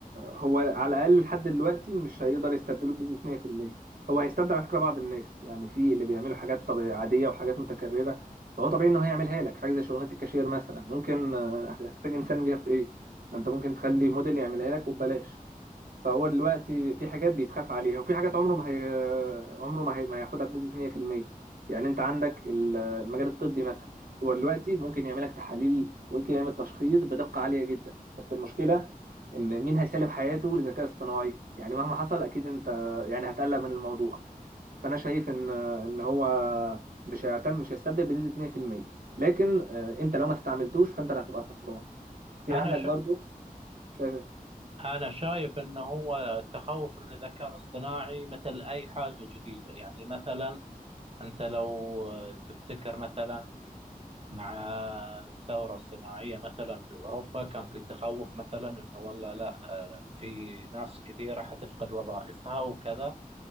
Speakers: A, on the right (about 75°); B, on the right (about 40°).
A: هو على الاقل لحد دلوقتي مش هيقدر يستبدله بنسبه 100% هو هيستبدل على فكره بعض الناس يعني في اللي بيعملوا حاجات طبيعية عاديه وحاجات متكرره فهو طبيعي انه هيعملها لك حاجه زي شغلانه الكاشير مثلا ممكن آه، هتحتاج انسان بيها في ايه ما انت ممكن تخلي موديل يعملها لك وببلاش فهو دلوقتي في حاجات بيتخاف عليها وفي حاجات عمره ما هي... عمره ما, هي... ما هياخدها بنسبة 100% يعني انت عندك ال- المجال الطبي مثلا هو دلوقتي ممكن يعمل لك تحاليل وممكن يعمل تشخيص بدقة عالية جدا بس المشكلة ان مين هيسلم حياته للذكاء الاصطناعي يعني مهما حصل اكيد انت يعني هتقلق من الموضوع فانا شايف ان ان هو مش هيعتمد مش هيستبدل بنسبة 2% لكن آه، انت لو ما استعملتوش فانت اللي هتبقى الخسران في
B: أنا
A: عندك برضو شايف
B: أنا شايف إنه هو التخوف من الذكاء الاصطناعي مثل أي حاجة جديدة يعني مثلا أنت لو تفتكر مثلا مع الثورة الصناعية مثلا في أوروبا كان في تخوف مثلا إنه والله لا في ناس كثيرة حتفقد وظائفها وكذا